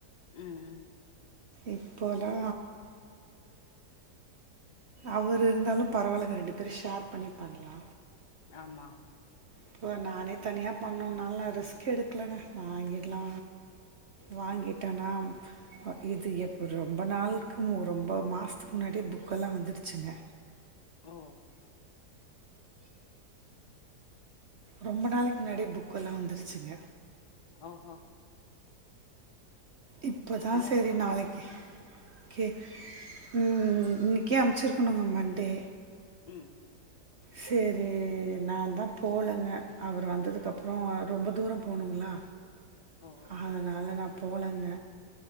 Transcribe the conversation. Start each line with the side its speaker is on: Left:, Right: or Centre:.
Left: ம்
Right: இப்போலா அவரு இருந்தாலு பரவால்லங்க ரெண்டு பேரு ஷேர் பண்ணி பண்லா
Left: ஆமா
Right: இப்போ நானே தனியா பண்னால நா ரிஸ்கு எடுக்கலங்க வாங்கிட்லா வாங்கிட்டனா இது எப்போ ரொம்ப நாள்க்கு மு ரொம்ப மாஸ்த்துக்கு முன்னாடியே புக்கெல்லா வந்துடுச்சுங்க
Left: ம்
Right: ரொம்ப நாளைக்கு முன்னாடியே புக்கெல்லா வந்துருச்சுங்க
Left: ஓஹோ
Right: இப்பதா
Left: அதா
Right: செரி நாளைக்கு கே இன் இன்னிக்கே அமுச்சிருக்கனுங்க மண்டே
Left: ம்
Right: செரி நா தா போலங்க அவரு வந்ததுக்கப்புறோ ரொம்ப தூரோ போனுங்ளா
Left: ஓ
Right: அதனால நா போலங்க